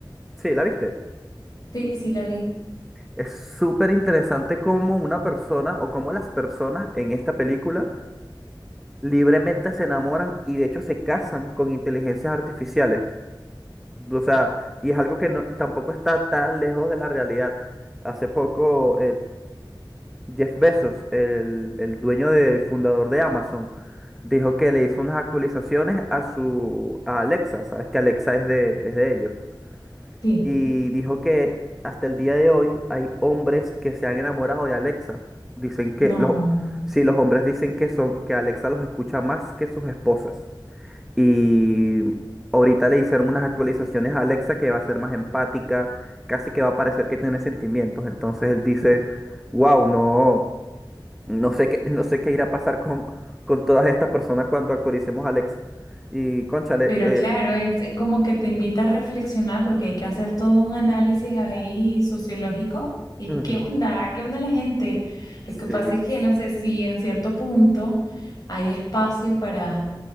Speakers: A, in the centre; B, on the left.
A: Sí, ¿la viste?
B: sí, sí, la vi.
A: Es súper interesante cómo una persona o cómo las personas en esta película libremente se enamoran y de hecho se casan con inteligencias artificiales. O sea, y es algo que no- tampoco está tan lejos de la realidad. Hace poco Jeff Bezos, el, el dueño de, fundador de Amazon, dijo que le hizo unas actualizaciones a su a Alexa, sabes que Alexa es de, es de ellos.
B: Sí,
A: Y dijo que hasta el día de hoy hay hombres que se han enamorado de Alexa. Dicen que
B: no.
A: los sí, los hombres dicen que son, que Alexa los escucha más que sus esposas. Y ahorita le hicieron unas actualizaciones a Alexa que va a ser más empática, casi que va a parecer que tiene sentimientos. Entonces él dice, wow, no. No sé qué, no sé qué irá a pasar con, con todas estas personas cuando actualicemos Alex. Y cónchale,
B: Pero
A: eh,
B: claro, es, es como que te invita a reflexionar porque hay que hacer todo un análisis ahí sociológico. ¿Y
A: ujú,
B: qué onda? ¿Qué onda la gente? Lo
A: sí,
B: que pasa es que, no sé, si en cierto punto hay espacio para,